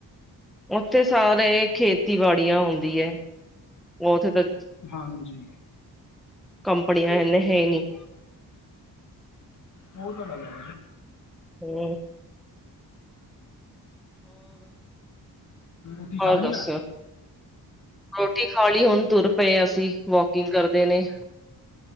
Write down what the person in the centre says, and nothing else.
ਉੱਥੇ ਸਾਰੇ ਖੇਤੀ ਬਾਾੜੀਆਂ ਹੁੰਂਦੀ ਹੈ ਉੱਥੇ ਤ
ਕੰਪਨੀ ਹੈਨੇ ਹੈ ਨਹੀ।
ਹੋਰ?
ਹੋਰ
ਦੱਸੋ
ਰੋਟੀ ਖਾ ਲੀ ਹੁਣ ਤੁਰ ਪਏ ਅਸੀਂ ਵਾਕਿੰਗ ਕਰਦੇ ਨੇ।